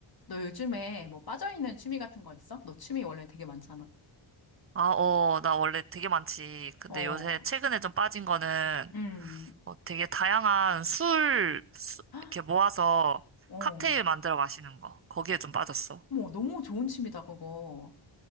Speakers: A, on the left; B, on the right.
A: 너 요즘에 뭐 빠져있는 취미 같은 거 있어? 너 취미 원래 되게 많잖아.
B: 아, 어, 나 원래 되게 많지. 근데
A: 어,
B: 요새 최근에 좀 빠진 거는
A: 음,
B: 뭐 되게 다양한 술 수-
A: <gasps> 헉,
B: 이렇게 모아서
A: 어.
B: 칵테일 만들어 마시는 거. 거기에 좀 빠졌어.
A: 뭐 너무 좋은 취미다, 그거.